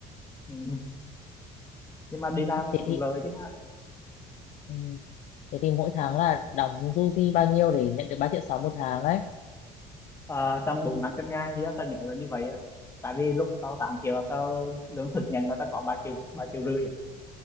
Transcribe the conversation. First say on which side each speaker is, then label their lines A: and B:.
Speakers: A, on the left; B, on the left.
A: Ừ. nhưng mà đi làm
B: Thế
A: cũng
B: thì,
A: lợi chứ ha.
B: ừ, thế thì mỗi tháng là đóng du di bao nhiêu để nhận được 3 triệu 6 một tháng ấy?
A: Ờ, tầm bốn năm trăm ngàn gì á tao nhớ là như vậy á tại vì lúc tao 8 triệu là tao lương thực nhận là tao có 3 triệu 3 triệu rưỡi